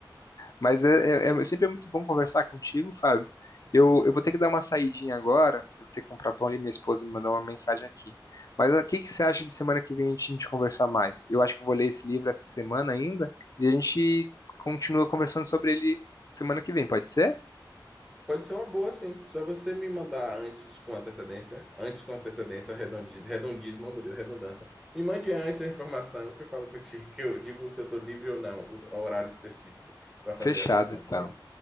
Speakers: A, on the left (about 45°); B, in the centre.
A: Mas é, é- é- sempre é muito bom conversar contigo, Fábio. Eu, eu vou ter que dar uma saidinha agora. Eu vou ter que comprar pão ali. Minha esposa me mandou uma mensagem aqui. Mas ah, o que que você acha de semana que vem a gente, a gente conversar mais? Eu acho que eu vou ler esse livro essa semana ainda. E a gente continua conversando sobre ele semana que vem, pode ser?
B: Pode ser uma boa, sim. Só você me mandar antes com antecedência, antes com antecedência, redondismo, redondismo, oh, meu Deus, redundância. Me mande antes a informação que eu falo contigo, que eu digo se eu estou livre ou não, o o horário específico para fazer
A: Fechado,
B: a ligação,
A: então.
B: tá bem?